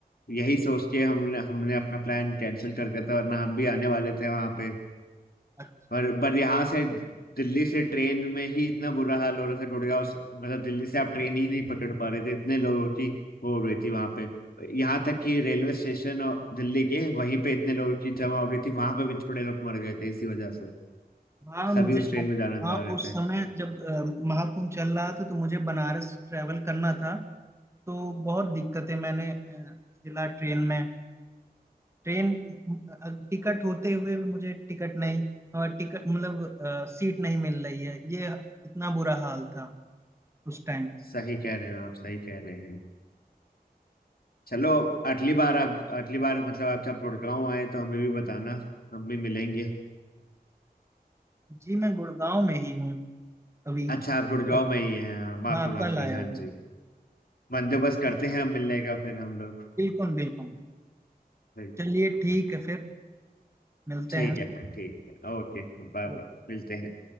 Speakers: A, on the left; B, on the right.
A: यही सोच के हमने हमने अपना प्लान कैंसिल कर दिया था वरना हम भी आने वाले थे वहां पे
B: अच्छा
A: पर पर यहाँ से दिल्ली से ट्रेन में ही इतना बुरा हाल हो रहा था गुड़गांव से- मतलब दिल्ली से आप ट्रेन ही नहीं पकड़ पा रहे थे इतने लोगों की वो हो रही थी वहां पे यहाँ तक कि रेलवे स्टेशन और दिल्ली के वहीं पे इतने लोगों की जमा हो रही थी वहां पे भी थोड़े लोग मर गए थे इसी वजह से
B: हाँ मुझे
A: सभी उस ट्रेन में जाना
B: हाँ
A: चाह रहे
B: उस
A: थे
B: समय जब अ, महाकुंभ चल रहा था तो मुझे बनारस ट्रैवल करना था तो बहुत दिक्कतें मैंने अ, झेला ट्रेन में ट्रेन टिकट होते हुए भी मुझे टिकट नहीं और टिकट मतलब अ, सीट नहीं मिल रही है ये इतना बुरा हाल था उस टाइम
A: सही कह रहे हो आप सही कह रहे हैं चलो अगली बार आप अगली बार मतलब आप जब गुड़गांव आए तो हमें भी बताना हम भी मिलेंगे
B: जी मैं गुड़गांव में ही हूँ अभी
A: अच्छा आप गुड़गांव
B: कल
A: में ही हैं हाँ माफी
B: हाँ
A: माफी
B: कल आया
A: हाँ
B: हूँ
A: जी बंदोबस्त करते हैं हम मिलने का फिर हम लोग
B: बिल्कुल बिल्कुल
A: बिल्कुल
B: चलिए ठीक है फिर मिलते
A: ठीक
B: हैं
A: है फिर ठीक है ओके बाय
B: ओ
A: बाय मिलते हैं